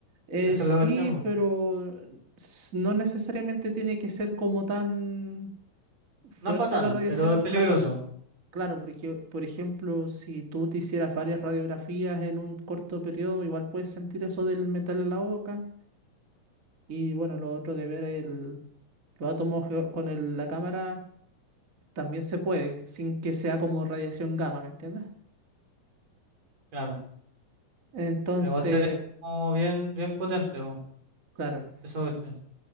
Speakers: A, on the right (about 35°); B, on the right (about 50°).
A: Eh,
B: Esa
A: sí,
B: es la cuestión, po.
A: pero s- no necesariamente tiene que ser como tan fuerte
B: No es fatal,
A: la radiación,
B: pero es peligroso.
A: claro. Claro, porque, por ejemplo, si tú te hicieras varias radiografías en un corto periodo, igual puedes sentir eso del metal en la boca. Y bueno, lo otro de ver el, Los átomos ge- con el- la cámara también se puede, sin que sea como radiación gamma, ¿me entiendes?
B: Claro.
A: Entonces,
B: Pero igual sería como bien, bien potente, po,
A: claro.
B: esa cuestión.